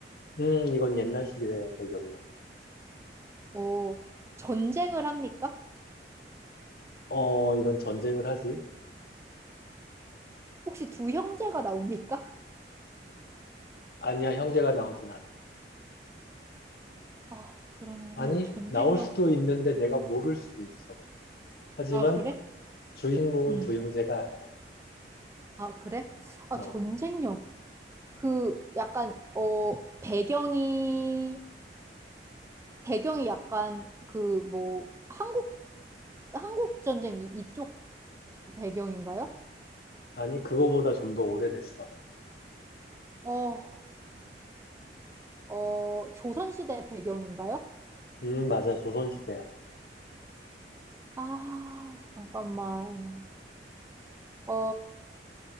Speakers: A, on the left; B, on the right.
A: 음, 이건 옛날 시대 배경이야.
B: 어, 전쟁을 합니까?
A: 어, 이건 전쟁을 하지?
B: 혹시 두 형제가 나옵니까?
A: 아니야, 형제가 나오진 않아.
B: 아, 그러면은
A: 아니,
B: 전쟁
A: 나올
B: 영화.
A: 수도 있는데 내가 모를 수도 있어. 하지만
B: 아, 그래?
A: 주인공은
B: 응.
A: 두 형제가 아니야.
B: 아, 그래? 아,
A: 어,
B: 전쟁 영화. 그 약간 어 배경이 배경이 약간 그 뭐 한국 한국 전쟁 이, 이쪽 배경인가요?
A: 아니, 그거보다 좀 더 오래됐어.
B: 어, 어 조선시대 배경인가요?
A: 음, 맞아, 조선시대야.
B: 아, 잠깐만. 어,